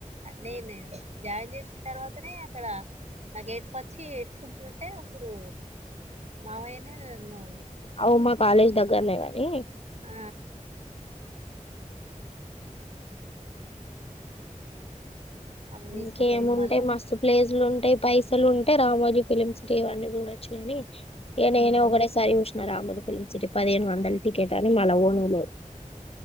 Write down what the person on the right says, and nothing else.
నేనే జాయిన్ చేసి. తర్వాతనే అక్కడ నాగేటే. పచ్చి వేసుకుంటుంటే అప్పుడు మామయనే నన్ను.
ఆ అక్కడ
తీసుకుపోయి మళ్ళా
ఉమ్